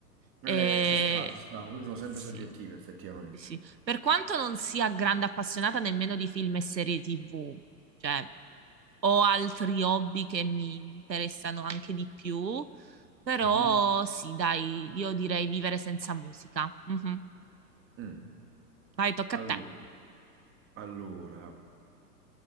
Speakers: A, on the right; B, on the right.
A: Eh,
B: E...
A: ci sta, ci sta, quindi sono sempre
B: Sì,
A: soggettive effettivamente.
B: sì. Per quanto non sia grande appassionata nemmeno di film e serie TV, cioè ho altri hobby che mi interessano anche di più, però
A: Mhm.
B: sì, dai, io direi vivere senza musica. Mhm.
A: Mm.
B: Vai, tocca
A: Allora,
B: a te,
A: allora,